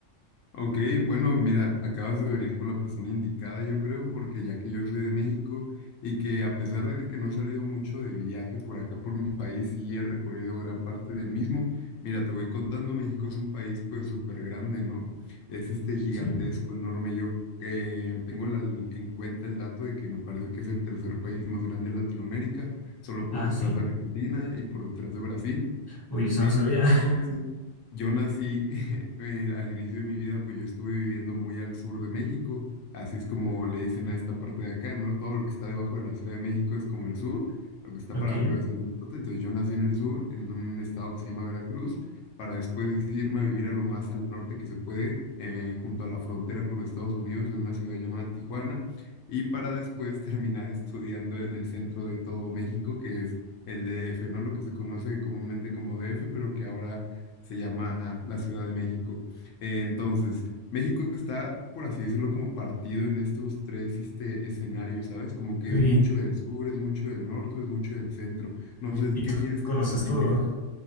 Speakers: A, on the left; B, on the left.
A: Ok, bueno, mira, acabas de venir con la persona indicada, yo creo, porque ya que yo soy de México y que a pesar de que no he salido mucho de viaje por acá, por mi país, sí he recorrido gran parte del mismo. Mira, te voy contando, México es un país pues súper grande, ¿no? Es este gigantesco,
B: Sí.
A: enorme. Yo eh, tengo la- en cuenta el dato de que me parece que es el tercer país más grande de Latinoamérica, solo
B: Ah,
A: por detrás
B: sí.
A: de Argentina y por detrás de Brasil.
B: Uy, eso
A: Entonces,
B: no sabía. <laughs>
A: yo nací <laughs> eh, al inicio de mi vida, pues yo estuve viviendo muy al sur de México, así es como le dicen a esta parte de acá, ¿no? Todo lo que está debajo de la Ciudad de México es como el sur, lo que está
B: Ok.
A: para arriba es el norte, entonces yo nací en el sur, en un estado que se llama Veracruz, para después irme a vivir a lo más al norte que se puede, eh, junto a la frontera con Estados Unidos, en una ciudad llamada Tijuana, y para después <laughs> terminar estudiando en el centro de todo México, que es el DF, ¿no? Lo que se conoce comúnmente como DF, pero que ahora se llama la Ciudad de México. Eh, entonces, México está, por así decirlo, como partido en estos tres este, escenarios, ¿sabes? Como que
B: Y,
A: es mucho del sur, es mucho del norte, es mucho del centro. No sé,
B: y
A: ¿qué
B: tú
A: quieres
B: conoces
A: que te platique?
B: todo.